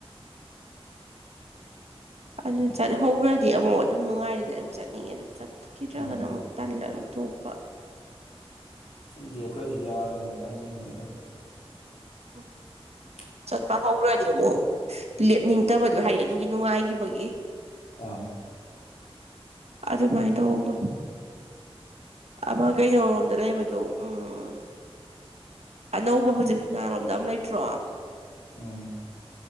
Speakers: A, on the right (about 85°); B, on the left (about 80°).
A: ꯑꯗꯨꯅ ꯆꯠꯍꯧꯈ꯭ꯔꯗꯤ ꯑꯃꯨꯛ ꯑꯗꯨꯝ ꯅꯨꯡꯉꯥꯏꯗꯅ ꯑꯗꯨꯝ ꯆꯠꯅꯤꯡꯉꯦ ꯑꯗꯨ ꯆꯠꯈꯤꯗ꯭ꯔꯒꯅ
B: ꯎꯝ
A: ꯑꯃꯨꯛ ꯇꯜꯂ ꯑꯇꯣꯞꯄ
B: ꯁꯨꯝ ꯂꯦꯞꯈ꯭ꯔꯗꯤ ꯌꯥꯗꯕꯅꯤ ꯇꯥꯟꯁꯤꯟꯕꯅꯤ ꯑꯗꯨꯝ
A: ꯎꯝ
B: <unintelligible>
A: ꯆꯠꯄ ꯍꯧꯒꯔꯗꯤ ꯑꯃꯨꯛ ꯂꯦꯞꯅꯤꯡꯗꯕꯗꯣ ꯍꯥꯏꯌꯦ ꯑꯗꯨꯒꯤ ꯅꯨꯡꯉꯥꯏꯈꯤꯕꯒꯤ
B: ꯑꯥ
A: ꯑꯗꯨ ꯑꯗꯨꯃꯥꯏ ꯇꯧꯕ ꯑꯃ ꯀꯩꯅꯣꯔꯣꯝꯗ ꯂꯩꯕꯗꯣ ꯎꯝ ꯑꯅꯧꯕ ꯍꯧꯖꯤꯛ ꯅꯥꯔꯣꯝꯗ ꯑꯃꯝ ꯂꯩꯇ꯭ꯔꯣ
B: ꯎꯝ